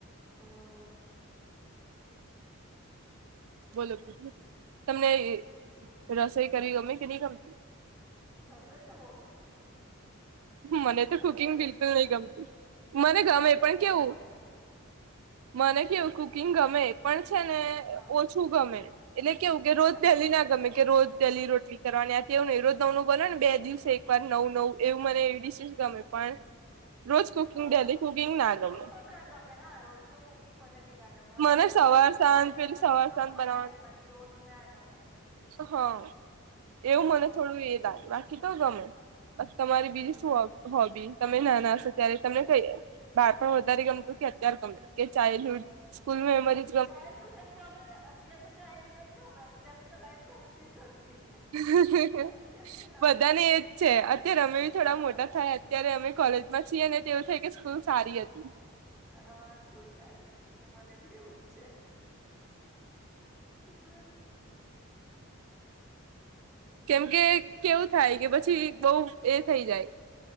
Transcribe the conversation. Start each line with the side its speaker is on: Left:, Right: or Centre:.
Centre: હમ્મ.
Right: બોલો બીજું તમને રસોઈ કરવી ગમે કે નહી ગમતી.
Centre: રસોઈ તો બઉ ગમે છે.
Right: મને
Centre: એ તો
Right: કુકિંગ
Centre: ફેવટ
Right: બિલકુલ નહી ગમતી મને
Centre: ના
Right: ગમે
Centre: એમા તો
Right: પણ
Centre: ફેવરેટ
Right: કેવું
Centre: હોબી છે.
Right: મને કેવું કુકિંગ ગમે. પણ છે ને,
Centre: હા
Right: ઓછું ગમે, એટલે કેવું કે રોજ પહેલી
Centre: હા
Right: ના ગમે. કે રોજ ડેલી રોટલી કરવાની, અત્યાર નુ નહી રોજ નવું નવું બને ને બે દિવસે એક વાર નવું નવું. એવું મને એવી ડીશિસ ગમે, પણ રોજ કુકિંગ
Centre: હા,
Right: ડેલી કુકિંગ ના
Centre: રોજ
Right: ગમે
Centre: તો ના ગમે હા, રોજ તો કુકિંગ મને બી ના ગમે, મારેબી
Right: મને
Centre: એવું
Right: સવાર
Centre: છે, વીકમાં
Right: સાંજ
Centre: બે વખત
Right: પેલું સવાર
Centre: નવું
Right: સાંજ
Centre: બનાવીએ
Right: બનાવવાનું
Centre: બાકી રોજ ના ગમે.
Right: હા, એવું
Centre: હા
Right: મને થોડું એ લાગે બાકી તો ગમે. બસ તમારી
Centre: હમ
Right: બીજી શું હો હોબી? તમે ના ના હશો ત્યારે તમને કઈએ બાળપણ વધારે ગમતું, કે અત્યારે ગમે, કે ચાઇલ્ડહુડ સ્કૂલ મેમરી
Centre: ચાઇલ્ડહુડજ ગમેને, અત્યારનુ ચાઇલ્ડહુડજ ગમે, અત્યારની તો લાઈફ ગમતીજ નથી.
Right: <unintelligible>
Centre: અત્યારની ના
Right: બધાને
Centre: ગમે
Right: એજ છે, અત્યારે અમે બી થોડા
Centre: હા
Right: મોટા થાયા, અત્યારે અમે કોલેજ મા છીએને, તો એવું થઈ કે સ્કૂલ સારી હતી.
Centre: હા સ્કૂલ સારી હતી, ન મને બી એવુંજ છે. <unintelligible>
Right: કેમ કે કેવું થાય કે પછી બઉ એ થઈ જાય,